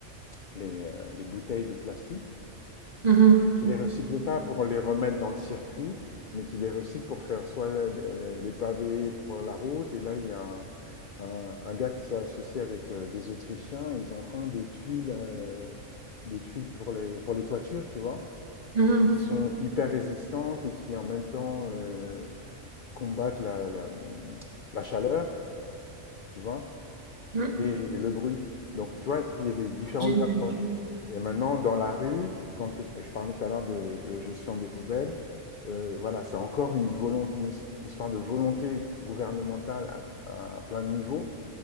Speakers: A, on the left; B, on the right.
A: les, euh, les bouteilles de plastique
B: Mhm,
A: qui les recycle pas pour les remettre dans le circuit, mais qui les recycle pour faire soit des, des- pavés pour la route. Et là, il y a un, un- un gars qui s'est associé avec euh, des Autrichiens. Ils en font des tuiles, euh, des tuiles pour les, pour les toitures, tu vois,
B: mhm,
A: et qui sont hyper résistantes et qui en même temps euh, combattent la, la, la chaleur, tu vois.
B: mm.
A: Et et le bruit. Donc, tu vois, il y a des différentes
B: Génial.
A: approches. Et maintenant, dans la rue, quand tu, je parlais tout à l'heure de, de gestion des poubelles, euh, voilà, c'est encore une volonté, une his- une histoire de volonté gouvernementale à, à plein de niveaux.